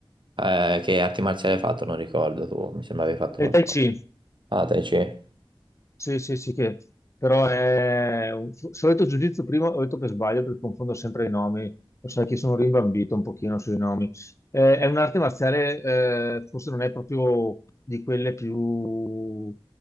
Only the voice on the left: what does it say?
Eh,
tai Chi.
Sì, sì, sì, che però è un f- solito giudizio prima, ho detto per sbaglio perché confondo sempre i nomi, lo sai che sono rimbambito un pochino sui nomi. Eh, è un'arte marziale, eh, forse non è proprio di quelle più